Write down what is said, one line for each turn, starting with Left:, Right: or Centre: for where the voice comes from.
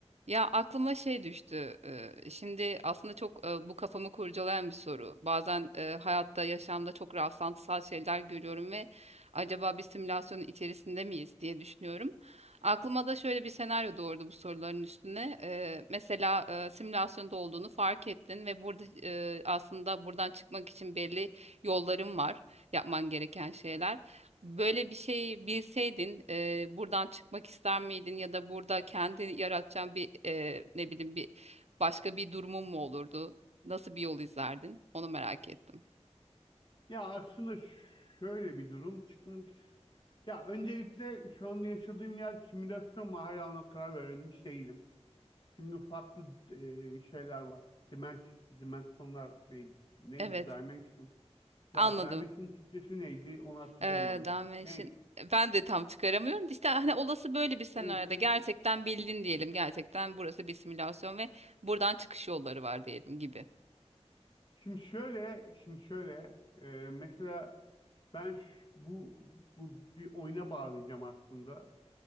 Right: Ya aklıma şey düştü. e, Şimdi aslında çok e, bu kafamı kurcalayan bir soru. Bazen e, hayatta, yaşamda çok rastlantısal şeyler görüyorum ve acaba bir simülasyonun içerisinde miyiz diye düşünüyorum. Aklıma da şöyle bir senaryo doğurdu bu soruların üstüne. E, Mesela e, simülasyonda olduğunu fark ettin ve burada e, aslında buradan çıkmak için belli yolların var, yapman gereken şeyler. Böyle bir şey bilseydin e, buradan çıkmak ister miydin ya da burada kendi yaratacağın bir e, ne bileyim bir başka bir durumun mu olurdu? Nasıl bir yol izlerdin? Onu merak ettim.
Left: Ya aslında şöyle bir durum çıkmak. Ya öncelikle şu an yaşadığım yer simülasyon mu hala ona karar verilmiş değilim. Şimdi farklı e, şeyler var. Dimens, dimensionlar neydi? Neydi?
Right: Evet,
Left: Dimension.
Right: anladım.
Left: Last Dimension Türkçesi neydi? Onu hatırlayamadım.
Right: Ee, Dalmatian-
Left: Neyse.
Right: ben de tam çıkaramıyorum. İşte hani olası böyle bir senaryoda
Left: Neyse.
Right: gerçekten bildin diyelim. Gerçekten burası bir simülasyon ve buradan çıkış yolları var diyelim gibi.
Left: Şimdi şöyle, şimdi şöyle. e, mesela ben ş- bu bu bir oyuna bağlayacağım aslında.